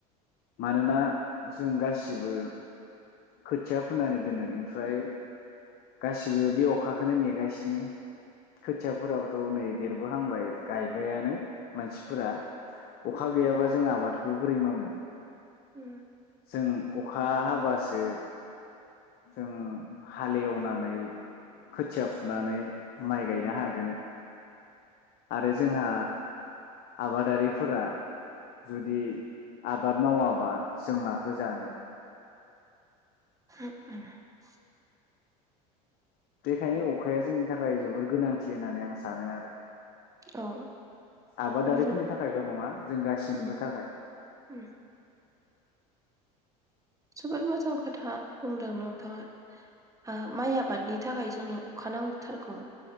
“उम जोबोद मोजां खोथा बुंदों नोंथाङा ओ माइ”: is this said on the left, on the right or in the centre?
Right